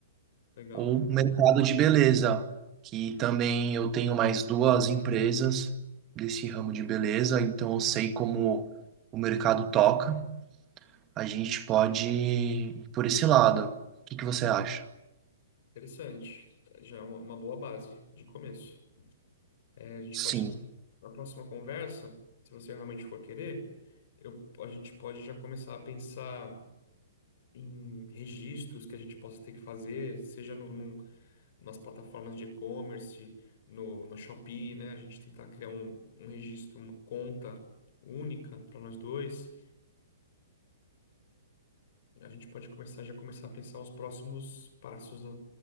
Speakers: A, on the left; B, on the right.
A: Legal.
B: ou um mercado de beleza, que também eu tenho mais duas empresas desse ramo de beleza, então eu sei como o mercado toca. A gente pode ir por esse lado. O que que você acha?
A: Interessante. Já é uma uma boa base de começo. É, a gente
B: Sim,
A: pode, na próxima conversa, se você realmente for querer, eu, a gente pode já começar a pensar em registros que a gente possa ter que fazer, seja no, num- nas plataformas de e-commerce, no, no Shopee, né? A gente tentar criar um, um registro, uma conta única para nós dois. A gente pode começar já começar a pensar os próximos passos da-